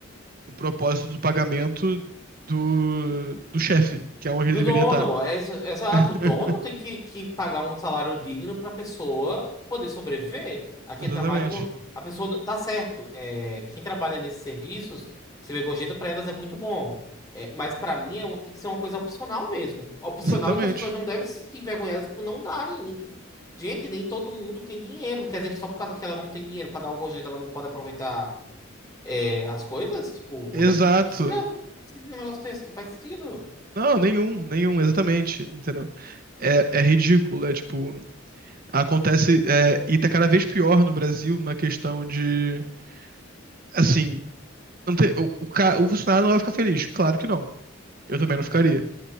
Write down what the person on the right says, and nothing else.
o propósito do pagamento do, do chefe, que é onde
ele deveria
estar.
<laughs>
Exatamente.
Exatamente.
Exato.
Não, nenhum, nenhum, exatamente, entendeu? É, é ridículo, é tipo, acontece, é, e tá cada vez pior no Brasil na questão de, assim, não tem- o, o, ca- o funcionário não vai ficar feliz, claro que não, eu também não ficaria,